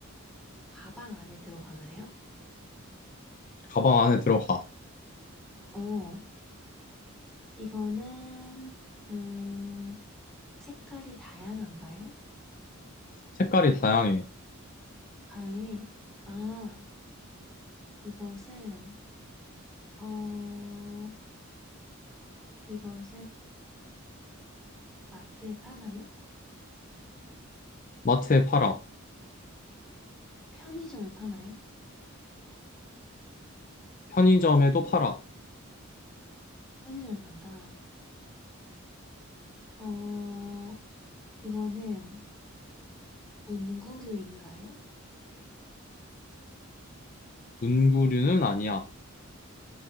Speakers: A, in the centre; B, on the left.
A: 가방 안에 들어가나요?
B: 가방 안에 들어가.
A: 어, 이거는, 음, 색깔이 다양한가요?
B: 색깔이 다양해.
A: 다양해. 아, 이것은, 어, 이것은 마트에 파나요?
B: 마트에 팔아.
A: 편의점에 파나요?
B: 편의점에도 팔아.
A: 편의점에 판다. 어, 이거는 문구류인가요?
B: 문구류는 아니야.